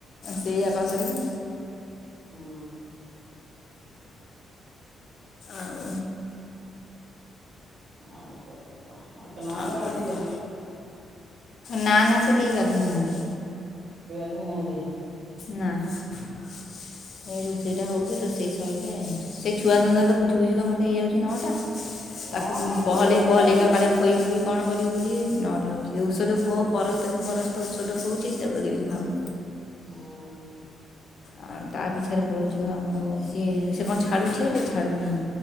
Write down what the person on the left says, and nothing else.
ସେଇଆପା କରିବୁ।
ଆଉ।
ଆଉ
କଣ କହ ନା ନା ସେ କେହି ଗାଧେଇ ନାହାନ୍ତି।
ନା ଏଇ ରୋଷେଇଟା ହଉଛି ରୋଷେଇ ସଇଲେ ଆଉ ଛୁଆ ଧନ୍ଦା ତ ବୁଝି ବୁଝିକା ମୋ ହେଇଯାଉଛି ନଅଟା।
ତାକୁ ମୁ
ପହଲେଇ
ପହଲେଇକା
କାଳେ ଖୋଇବୁ କି କଣ କରିବୁ ବୋଲି ନଅଟା ହଉଛି ଔଷଧ ଖୋ ପରସ୍ତ କୁ ପରସ୍ତ ଔଷଧ ଖଉଛି ସେତକ ବି ଖାଉନି।
ଆ ତା ପିଛରେ ପଳାଉଛିିବ ଆମର ସିଏ ସେ କଣ ଛାଡ଼ୁଛି ହେଲେ ଛାଡ଼ୁନାହିଁ।